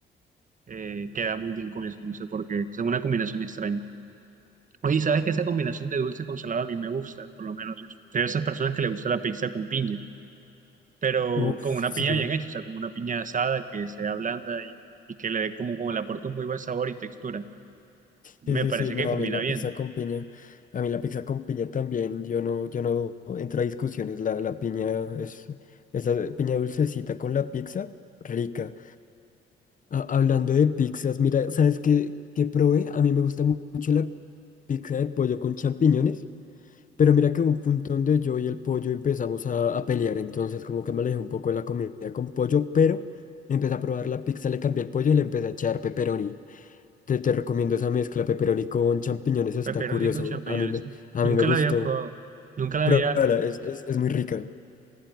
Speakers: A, on the right (about 40°); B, on the left (about 40°).
A: eh, queda muy bien con eso, no sé por qué. Es una combinación extraña. Oye, ¿sabes que esa combinación de dulce con salado a mí me gusta? Por lo menos yo soy de esas personas que le gusta la pizza con piña, pero
B: Uf,
A: con una
B: sí.
A: piña bien hecha, o sea, como una piña asada que sea blanda y, y que le dé como, como le aporte un muy buen sabor y textura. Me
B: Sí, sí,
A: parece
B: sí, no,
A: que combina
B: a mí la
A: bien.
B: pizza con piña, a mí la pizza con piña también, yo no, yo no entro a discusiones, la, la piña es, esa piña dulcecita con la pizza, rica. Ah, hablando de pizzas, mira, ¿sabes qué, qué probé? A mí me gusta mu- mucho la pizza de pollo con champiñones, pero mira que hubo un punto donde yo y el pollo empezamos a, a pelear, entonces como que me alejé un poco de la comida con pollo, pero empecé a probar la pizza, le cambié el pollo y le empecé a echar pepperoni. Te, te recomiendo esa mezcla pepperoni con champiñones, está
A: Pepperoni
B: curioso.
A: con champiñones,
B: A mí me,
A: n-
B: a
A: nunca
B: mí me gustó.
A: la había probado, nunca la
B: Pruébala,
A: había,
B: es, es, es muy rica.